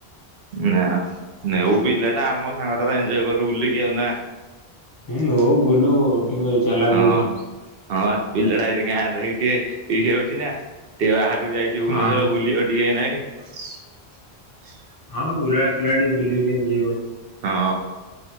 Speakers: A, on the right; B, on the left.
A: ନା ନେଉ ପିଲା ଟା ଆମ ସାଙ୍ଗଟା ଏନଜୟ କରୁ ବୁଲିକି ଆଉ ନା।
B: ହୁଁ ନଉ ବୁଲୁ। ହୁଁ ଚାଲାକ
A: ହଁ
B: ହଉ।
A: ହଁ ପା ପିଲାଟା ଏଇଠି ଗାଁରେ ରହିକି ଟିକେ ଇଏ ହଉଛି ନା ଟିକେ ବାହାରକୁ ତୁ ଯାଇଚୁ ଭୁବନେଶ୍ୱର
B: ହଁ
A: ବୁଲିବ ଟିକେ ଏଇନାକେ ଏ
B: ହଁ ବୁଲା ପିଲାଟି ବୁଲିକି ଟିକେ ଏନଜୟ କରୁ।
A: ହଁ